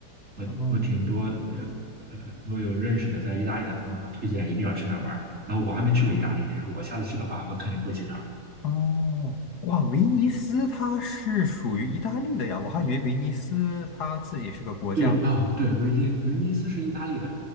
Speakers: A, on the right; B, on the left.
A: 我我挺多呃
B: 嗯。
A: 呃，我有认识的在意大利的朋友，他推荐一定要去那玩儿。然后我还没去过意大利，就是我下次去的话，我肯定会去。那。
B: 哦，哇，威尼斯它是属于意大利的呀，我还以为威尼斯它自己是个国家
A: 对啊，对，维尼威尼斯是意大利的，